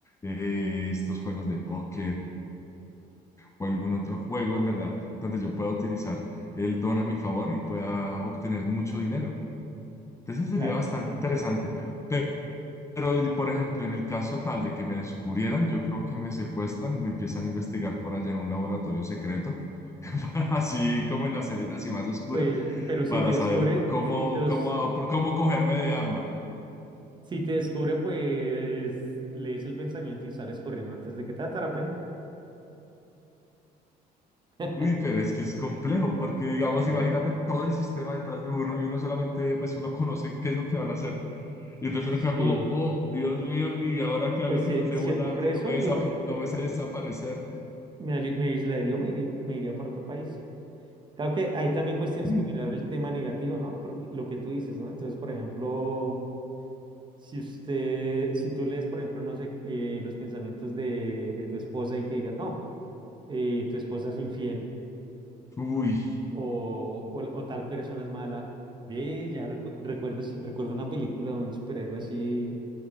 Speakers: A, on the left (about 15°); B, on the right (about 25°).
A: Eh, estos juegos de póker o algún otro juego en verdad, donde yo pueda utilizar el don a mi favor y pueda obtener mucho dinero. Entonces sería
B: Claro.
A: bastante interesante. Pe- Pero, por ejemplo, en el caso tal de que me descubrieran, yo creo que me secuestran y me empiezan a investigar por allá en un laboratorio secreto, <laughs> para- así como en las series así más oscuras,
B: Pues, pero si
A: para
B: te descubren,
A: saber cómo,
B: si te, os-
A: cómo, cómo cogerme de arma.
B: si te descubren, pues lees el pensamiento y sales corriendo antes de que te atrapen. <laughs>
A: Uy, pero es que es complejo, porque digamos,
B: Ya.
A: imagínate todo el sistema detrás de uno y uno solamente, pues uno conoce qué es lo que van a hacer. Y entonces
B: Sí,
A: uno queda como, oh, Dios mío, ¿y ahora qué hago
B: pues
A: si
B: se,
A: no sé
B: se
A: volar,
B: ocurre
A: si no
B: eso,
A: me,
B: yo,
A: desap- no me sé desaparecer?
B: Me, ali- me aislaría o me iría, me iría para otro país. Claro que ahí también pues tienes
A: Mm.
B: que mirar el tema negativo, ¿no? Porque lo que tú dices, ¿no? Entonces, por ejemplo, si usted, si tú lees, por ejemplo, no sé, eh, los pensamientos de, de tu esposa y que digas, no, eh, tu esposa es infiel
A: Uy,
B: o, o, la- o tal persona es mala, ve, ya recu- recuerdo, sí, recuerdo una película de un superhéroe así